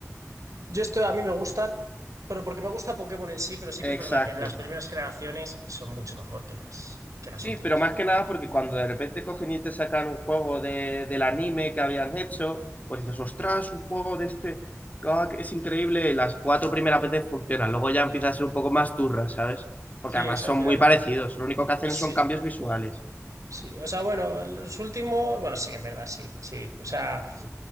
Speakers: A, on the right; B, on the left.
A: yo estoy, a mí me gustan, pero porque me gusta Pokémon en sí, pero sí
B: Exacto.
A: que es verdad que las primeras generaciones son mucho mejor que las, que las
B: Sí,
A: últimas.
B: pero más que nada porque cuando de repente cogen y te sacan un juego de, del anime que habían hecho, pues dices, ostras, un juego de este, ah, que es increíble, y las cuatro primeras veces funciona, luego ya empieza a ser un poco más turra, ¿sabes? Porque
A: Sí,
B: además
A: o sea,
B: son
A: al final,
B: muy parecidos, lo único que hacen
A: sí.
B: son cambios visuales.
A: Sí, o sea, bueno, los últimos, bueno, sí, en verdad, sí, sí. O sea,
B: O